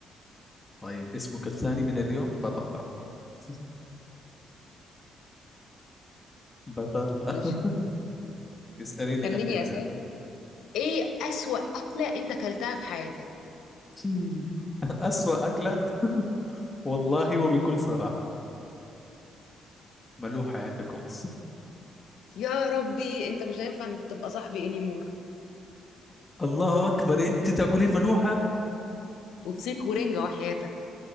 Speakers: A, on the left (about 15°); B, on the left (about 80°).
A: طيب اسمك الثاني من اليوم بطاطا <laughs> بطاطا
B: ماشي
A: اسأليني
B: خليني
A: أنت الآن
B: اسال ايه اسوأ اكله انت اكلتها في حياتك
A: <laughs> مم. أسوأ أكلة والله
B: اه
A: وبكل صراحة ملوحة عندكم
B: يا ربي انت مش هينفع انك تبقى صاحبي انيمور
A: <laughs> الله أكبر أنت تأكلين ملوحة
B: وفسيخ ورنجة وحياتك